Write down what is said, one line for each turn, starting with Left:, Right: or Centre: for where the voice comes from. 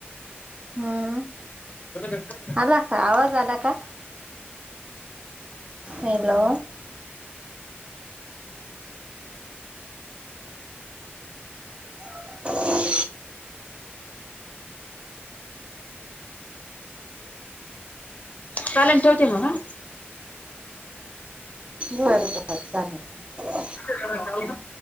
Right: हम्.
Left: <unintelligible>
Right: आला का आवाज आला का? हॅलो. <inaudible>
Left: चालेल ठेवते मग हा.
Right: बर बर चालेल.
Left: <unintelligible>